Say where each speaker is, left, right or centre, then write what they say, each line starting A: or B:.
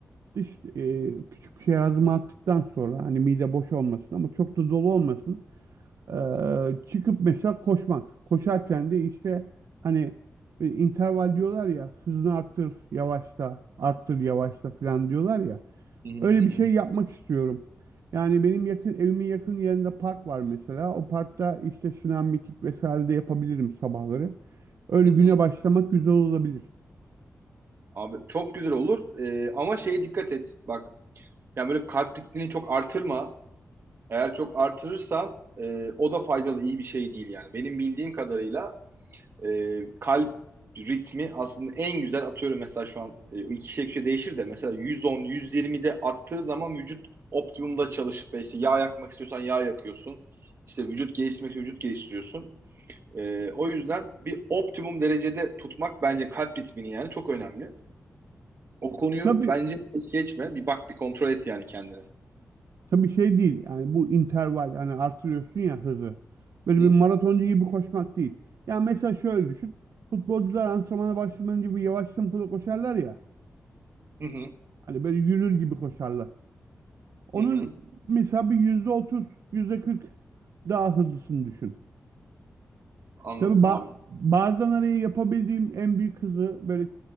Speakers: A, on the right (about 75°); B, on the right (about 50°).
A: dış, e, küçük bir şey ağzıma attıktan sonra hani mide boş olmasın ama çok da dolu olmasın.
B: Hı
A: e,
B: hı.
A: çıkıp mesela koşmak. Koşarken de işte hani e, interval diyorlar ya hızını arttır yavaşla, arttır yavaşla falan diyorlar ya.
B: <laughs>
A: Öyle bir şey yapmak istiyorum. Yani benim yakın evimin yakın yerinde park var mesela. O parkta işte sınav, mekik vesaire de yapabilirim sabahları. Öyle
B: Hı hı.
A: güne başlamak güzel olabilir.
B: Abi çok güzel olur Ee, ama şeye dikkat et. Bak yani böyle kalp ritmini çok artırma. Eğer çok artırırsan e, o da faydalı iyi bir şey değil yani. Benim bildiğim kadarıyla e, kalp ritmi aslında en güzel atıyorum mesela şu an e, iki kişiye değişir de mesela 110-120'de attığı zaman vücut optimumda çalışıp ve işte yağ yakmak istiyorsan yağ yakıyorsun. İşte vücut geliştirmek için vücut geliştiriyorsun. E, o yüzden bir optimum derecede tutmak bence kalp ritmini yani çok önemli. O konuyu
A: Tabii
B: bence hiç geçme. Bir bak bir kontrol et yani kendine.
A: tabii şey değil. Yani bu interval hani artırıyorsun ya hızı. Böyle
B: Hı
A: bir maratoncu gibi koşmak değil. Ya mesela şöyle düşün. Futbolcular antrenmana başlamadan gibi yavaş tempolu koşarlar ya.
B: hı hı
A: Hani böyle yürür gibi koşarlar. Onun
B: hı.
A: mesela bir yüzde otuz, yüzde kırk daha hızlısını düşün.
B: Anladım
A: Tabii ba-
B: abi.
A: bazen araya yapabildiğim en büyük hızı böyle